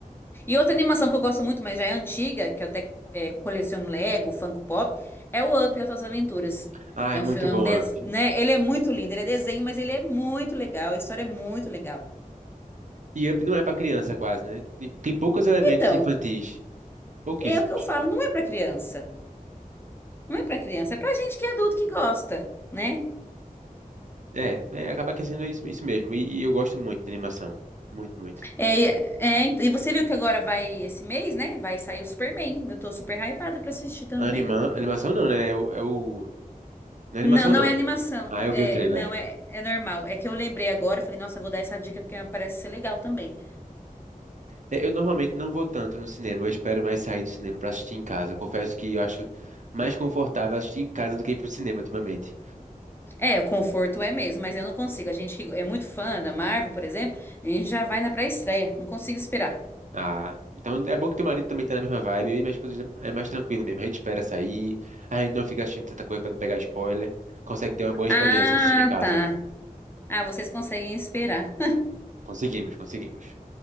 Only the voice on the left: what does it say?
E outra animação que eu gosto muito, mas já é antiga, que eu até é, coleciono Lego, Funko Pop, é o Up e Outras Aventuras.
É
um filme,
é um des...
né? Ele é muito lindo, ele é desenho, mas ele é muito legal, a história é muito legal.
Então,
é o que eu falo, não é pra criança. Não é pra criança, é pra gente que é adulto que gosta, né?
É, e- é, ent- e você viu que agora vai, esse mês, né? Vai sair o Superman. Eu tô super hypada pra assistir também.
Não, não
é animação.
É,
não, é, é normal. É que eu lembrei agora, eu falei, nossa, eu vou dar essa dica porque parece ser legal também.
É, o conforto é mesmo, mas eu não consigo. A gente que é muito fã da Marvel, por exemplo, a gente já vai na pré-estreia. Não consigo esperar.
Ah,
tá. Ah, vocês conseguem esperar. <laughs>